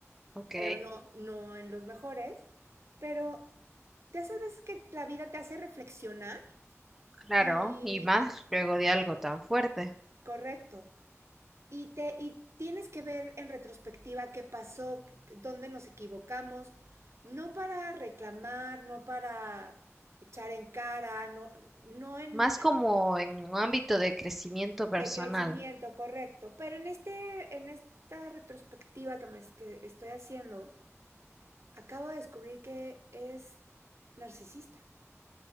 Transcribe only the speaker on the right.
pero no, no en los mejores. Pero de esas veces que la vida te hace reflexionar
y,
y-
correcto. Y te, y tienes que ver en retrospectiva qué pasó, c- dónde nos equivocamos, no para reclamar, no para echar en cara, no, no en,
en-
de crecimiento, correcto. Pero en este, en esta retrospectiva que me, que estoy haciendo, acabo de descubrir que es narcisista.